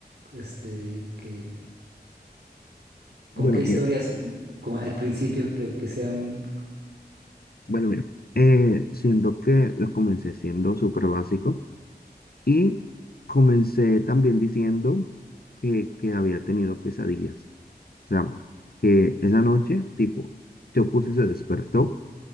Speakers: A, on the right; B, on the left.
A: este, que, como
B: bueno,
A: qué historias,
B: mira,
A: eh, como al principio, que, que sea un...
B: bueno, mira, eh, siendo que lo comencé siendo súper básico y comencé también diciendo que, que había tenido pesadillas, o sea, que esa noche, tipo, yo puse, se despertó